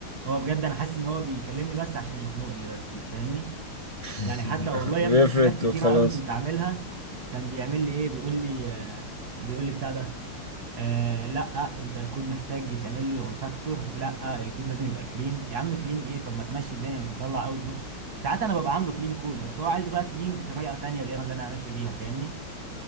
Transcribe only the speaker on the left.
<laughs>
بيفرد
وخلاص